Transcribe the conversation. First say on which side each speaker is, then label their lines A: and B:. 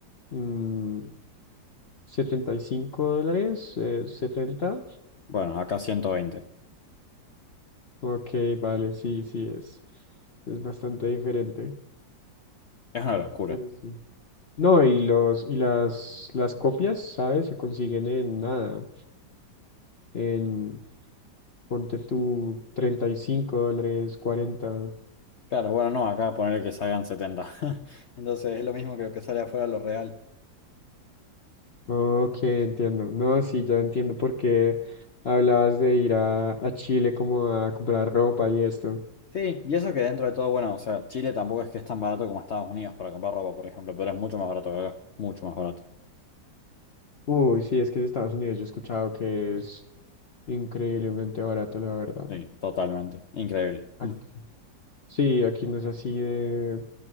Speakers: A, on the left; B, on the left.
A: Mm, 75 dólares, eh, setenta,
B: Bueno, acá 120.
A: Ok, vale, sí, sí, es, es bastante diferente.
B: Es una locura.
A: pero sí. No, y los, y las, las copias, ¿sabes? Se consiguen en nada. En, ponte tú 35 dólares, 40.
B: Claro, bueno, no, acá ponerle que salgan 70. <laughs> Entonces es lo mismo que lo que sale afuera lo real.
A: Ok, entiendo. No, sí, ya entiendo por qué hablabas de ir a, a Chile como a comprar ropa y esto.
B: Sí, y eso que dentro de todo, bueno, o sea, Chile tampoco es que es tan barato como Estados Unidos para comprar ropa, por ejemplo, pero es mucho más barato que acá. Mucho más barato.
A: Uy, sí, es que en Estados Unidos yo he escuchado que es. increíblemente barato, la verdad.
B: Sí, totalmente. Increíble.
A: Ac-
B: <laughs>
A: sí, aquí no es así de,